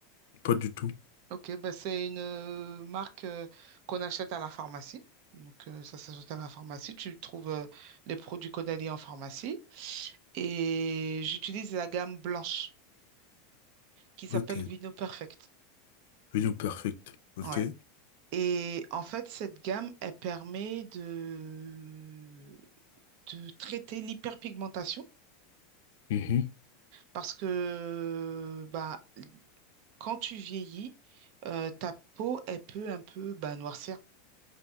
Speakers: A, on the left; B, on the right.
A: pas du tout.
B: Ok, ben c'est une euh, marque euh, qu'on achète à la pharmacie. Donc, euh, ça s'ajoute à la pharmacie. Tu trouves euh, les produits Caudalie en pharmacie. Et j'utilise la gamme blanche qui s'appelle
A: Ok,
B: Vino Perfect.
A: Union Perfect. Ok.
B: Ouais. Et en fait, cette gamme, elle permet de, de traiter l'hyperpigmentation
A: Mhm.
B: parce que bah, quand tu vieillis, euh, ta peau, elle peut un peu bah, noircir.